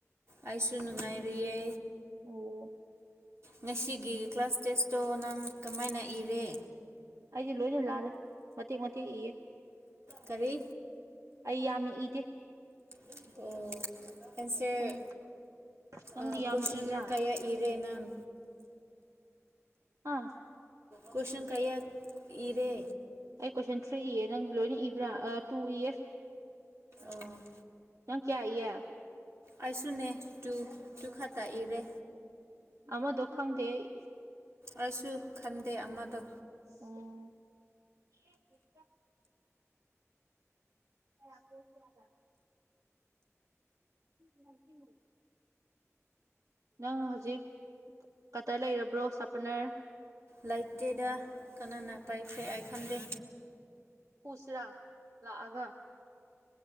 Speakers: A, on the right; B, on the right.
A: ꯑꯩꯁꯨ ꯅꯨꯡꯉꯥꯏꯔꯤꯌꯦ
B: ꯑꯣ
A: ꯉꯁꯤꯒꯤ ꯀ꯭ꯂꯥꯁ ꯇꯦꯁꯇꯣ ꯅꯪ ꯀꯃꯥꯏꯅ ꯏꯔꯦ
B: ꯑꯩꯗꯤ ꯂꯣꯏꯅ ꯂꯥꯜꯂꯦ ꯃꯇꯦꯛ ꯃꯇꯦꯛ ꯏꯌꯦ
A: ꯀꯔꯤ
B: ꯑꯩ ꯌꯥꯝꯅ ꯏ
A: INAUDIBLE
B: ꯅꯪ ꯅꯪꯗꯤ
A: ꯑꯥ
B: ꯌꯥꯝꯅ
A: ꯀꯣꯏꯁꯟ
B: ꯏꯕ꯭ꯔꯥ
A: ꯀꯌꯥ ꯏꯔꯦ ꯅꯪ
B: ꯍꯥꯑꯥ
A: ꯀꯣꯏꯁꯟ ꯀꯌꯥ ꯏꯔꯦ
B: ꯑꯩ ꯀꯣꯏꯁꯟ ꯊ꯭ꯔꯤ ꯏꯌꯦ ꯅꯪ ꯂꯣꯏꯅ ꯏꯕ꯭ꯔꯥ ꯑꯥ ꯇꯨ ꯏꯌꯦ
A: ꯑꯣ
B: ꯅꯪ ꯀꯌꯥ ꯏꯌꯦ
A: ꯑꯩꯁꯨꯅꯦ ꯇꯨ ꯇꯨ ꯈꯛꯇ ꯏꯔꯦ
B: ꯑꯃꯥꯗꯣ ꯈꯪꯗꯦ ꯑꯩ
A: ꯑꯩꯁꯨ ꯈꯟꯗꯦ ꯑꯃꯥꯗꯣ
B: ꯑꯣꯑꯣ INAUDIBLE INAUDIBLE ꯅꯪ ꯍꯧꯖꯤꯛ ꯀꯇꯔ ꯂꯩꯔꯕ꯭ꯔꯣ ꯁꯥꯄꯔꯅꯔ
A: ꯂꯩꯇꯦꯗ ꯀꯅꯥꯅ ꯄꯥꯏꯈ꯭ꯔꯦ ꯑꯩ ꯈꯟꯗꯦ
B: ꯄꯨꯨꯁꯤꯔꯥ ꯂꯥꯛꯑꯥꯒ